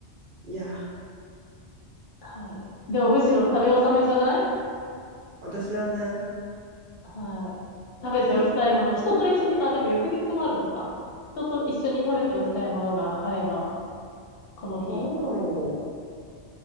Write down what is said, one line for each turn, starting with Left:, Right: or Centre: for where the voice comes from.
Right: いや、
Left: はい。でもむしろ食べ納めじゃない
Right: 私はね、
Left: はい。
Right: <laughs>
Left: 食べておきたいもの。人と一緒に、あ、でも翌日もあるのか。人と一緒に食べておきたいものがあれば、この日、
Right: なんだろ